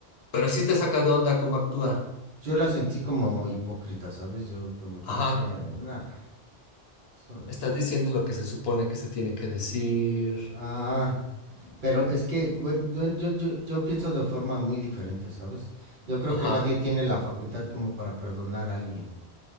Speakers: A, on the left; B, on the right.
A: pero sí te saca de onda cómo actúa.
B: yo la sentí como hipócrita, ¿sabes? Yo como que
A: Ajá,
B: dije, nah, so-
A: estás diciendo lo que se supone que se tiene que decir.
B: ah, pero es que bueno, yo, yo, yo- yo pienso de forma muy diferente, ¿sabes? Yo creo
A: Ajá.
B: que nadie tiene la facultad como para perdonar a alguien.